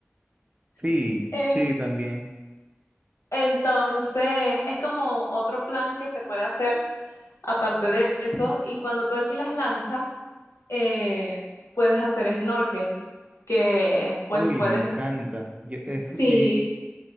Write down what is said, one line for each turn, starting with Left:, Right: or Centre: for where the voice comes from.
Right: Sí,
Left: <laughs> En-
Right: sí, también.
Left: Entonces es como otro plan que se puede hacer aparte de eso. Y cuando tú alquilas lancha, eh, puedes hacer snorkel, que pues
Right: Uy,
Left: puedes,
Right: me encanta. Yo, eso
Left: sí.
Right: sí,